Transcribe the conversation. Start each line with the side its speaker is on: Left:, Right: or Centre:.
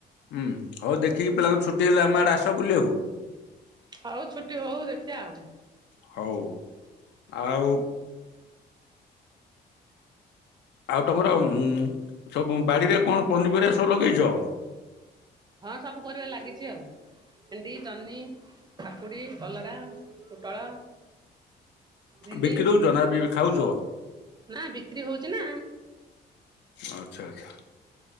Left: ହୁଁ ହଉ ଦେଖିକି ପିଲାଙ୍କ ଛୁଟି ହେଲେ ଆମେ ଆଡେ ଆସ ବୁଲିବାକୁ।
Right: ହଉ ଛୁଟି ହଉ ଦେଖିବା ଆଉ
Left: ହଉ ଆଉ ଆଉ ତମର ଉଁ ସବୁ ବାଡିରେ କଣ ପନିପରିବା ସବୁ ଲଗେଇଛ?
Right: ହଁ ସବୁ ପରିବା ଲାଗିଛି ଆଉ। ଭେଣ୍ଡି, ଜହ୍ନି, କାକୁଡି, କଲରା, ପୋଟଳ ଭେଣ୍ଡି
Left: ବିକି ଦଉଛ ନା ଖାଉଛ?
Right: ନା ବିକ୍ରି ହଉଚି ନା।
Left: ଆଚ୍ଛା ଆଚ୍ଛା